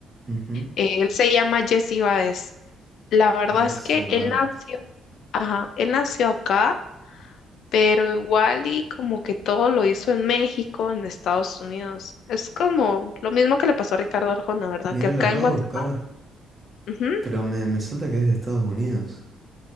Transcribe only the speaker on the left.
Eh, él se llama Jesse Baez. La verdad
es que
él nació, ajá, él nació acá, pero igual y como que todo lo hizo en México, en Estados Unidos. Es como lo mismo que le pasó a Ricardo Arjona, ¿verdad?
Que acá
en Guatemala
Ujú.